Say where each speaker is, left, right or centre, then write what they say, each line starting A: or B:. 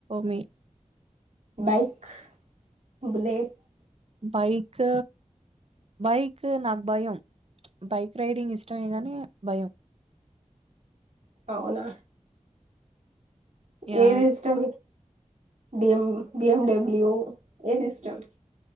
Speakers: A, on the right (about 50°); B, on the right (about 70°).
A: మి
B: బైక్ బులేట్
A: బైక్ వైకి నాగ్బయం బైక్ రైడింగ్ ఇష్టమేగాని భయం
B: అవునా
A: యా
B: ఏది ఇష్టం బిఎ బిఎండబ్ల్యూ ఏ సిస్టమ్